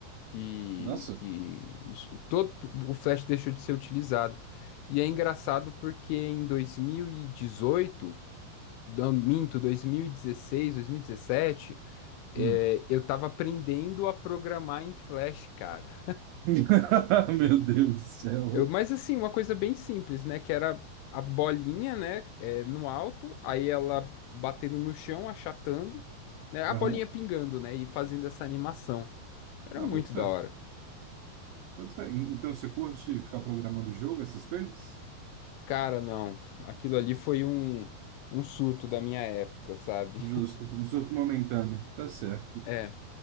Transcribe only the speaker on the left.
que
que os- o, todo o Flash deixou de ser utilizado. E é engraçado porque em 2018, não, minto, 2016, 2017 É,
eu tava aprendendo a programar em Flash, cara.
Eu, mas assim, uma coisa bem simples, né? Que era a bolinha, né? é, no alto, aí ela batendo no chão, achatando, né? A
bolinha pingando, né? E fazendo essa animação. Era
muito
da hora.
Cara, não. Aquilo ali foi um, um surto da minha época, sabe?
É.